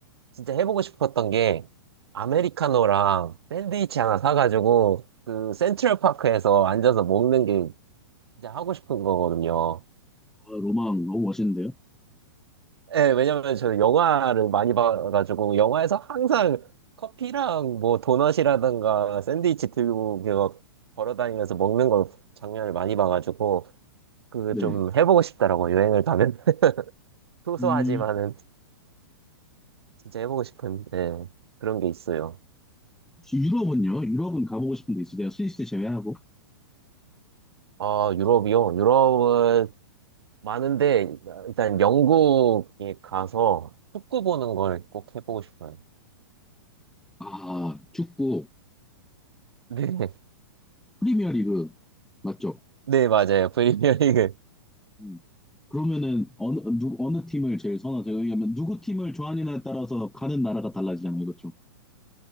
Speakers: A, on the right; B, in the centre.
A: 진짜 해보고 싶었던 게, 아메리카노랑 샌드위치 하나 사가지고, 그, 센트럴파크에서 앉아서 먹는 게 진짜 하고 싶은 거거든요.
B: 아, 로망 너무 멋있는데요?
A: 예, 왜냐면 저는 영화를 많이 봐가지고, 영화에서 항상 커피랑 뭐 도넛이라든가 샌드위치 들고, 그거 걸어 다니면서 먹는 걸 장면을 많이 봐가지고, 그거
B: 네.
A: 좀 해보고 싶더라고, 여행을 가면. <laughs> 소소하지만은
B: 음,
A: 진짜 해보고 싶은 예, 그런 게 있어요.
B: 유럽은요? 유럽은 가보고 싶은 데 있으세요? 스위스 제외하고?
A: 아, 유럽이요? 유럽은 많은데, 일단 영국에 가서 축구 보는 걸 꼭 해보고 싶어요.
B: 아, 축구,
A: 네, <laughs>
B: 프리미어 리그, 맞죠?
A: 네, 맞아요. 프리미어리그.
B: 음. 그러면은 어느, 누, 어느 팀을 제일 선호하세요? 왜냐면 누구 팀을 좋아하느냐에 따라서 가는 나라가 달라지잖아요. 그렇죠?